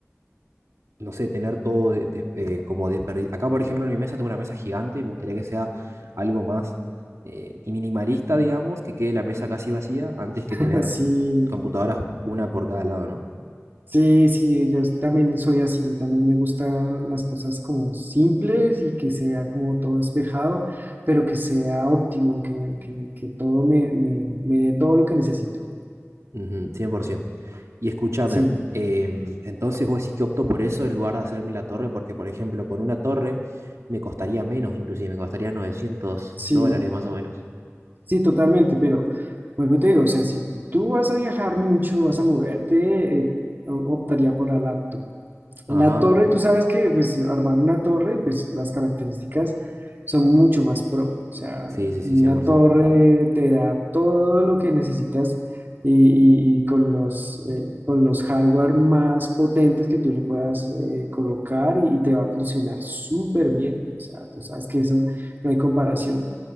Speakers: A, on the right; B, on the right.
A: no sé, tener todo de- des- eh, como desperdiciado. Acá, por ejemplo, en mi mesa tengo una mesa gigante y me gustaría que sea algo más eh, y minimalista, digamos, que quede la mesa casi vacía antes que
B: <laughs>
A: tener
B: Así.
A: computadoras una por cada lado, ¿no?
B: Sí, sí, yo también soy así, también me gustan las cosas como simples y que se vea como todo despejado, pero que sea óptimo, que, que, que todo me, me, me dé todo lo que necesito.
A: Ujú, 100%. Y escúchame,
B: Sí,
A: em, entonces vos decís que opto por eso en lugar de hacerme la torre, porque, por ejemplo, con una torre me costaría menos, inclusive me costaría novecientos
B: sí,
A: dólares más o menos.
B: sí, totalmente, pero vuelvo y te digo, o sea, si tú vas a viajar mucho, vas a moverte, eh, o- optaría por la laptop. La
A: Ajá.
B: torre, tú sabes que pues armar una torre, pues las características son mucho más pro. O sea,
A: Sí, sí, sí,
B: una
A: 100%.
B: torre te da todo lo que necesitas y, y- y con los, eh, con los hardware más potentes que tú le puedas eh, colocar y, y te va a funcionar súper bien. O sea, tú sabes que eso no hay comparación.